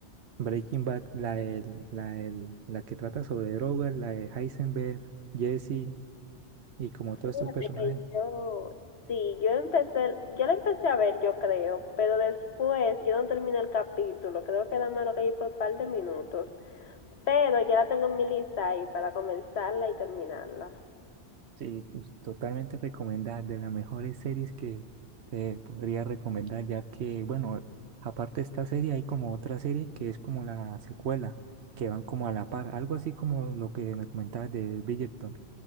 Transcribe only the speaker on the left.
Fíjate
que yo, sí, yo empecé, yo la empecé a ver, yo creo, pero después yo no terminé el capítulo, creo que nada más lo que ahí fue un par de minutos, pero ya la tengo en mi lista ahí para comenzarla y terminarla.